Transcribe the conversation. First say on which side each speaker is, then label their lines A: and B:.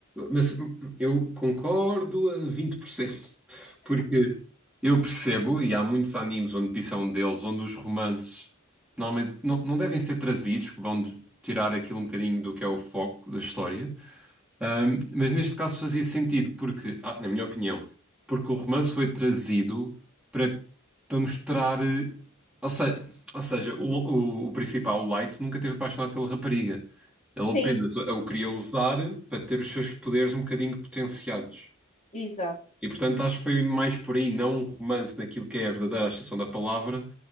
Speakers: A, in the centre; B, on the left.
A: mas eu concordo a 20%. Porque eu percebo, e há muitos animes onde isso é um deles, onde os romances normalmente não, não devem ser trazidos, vão de- tirar aquilo um bocadinho do que é o foco da história. Ahm, mas neste caso fazia sentido, porque, ah, na minha opinião, porque o romance foi trazido para, para mostrar. eh, Ou seja, ou seja o, o, o principal, o Light, nunca teve apaixonado pela rapariga. Ele apenas
B: Sim,
A: a o queria usar
B: sim,
A: para ter os seus poderes um bocadinho potenciados.
B: exato.
A: E portanto acho que foi mais por aí, não um romance naquilo que é a verdadeira extensão da palavra,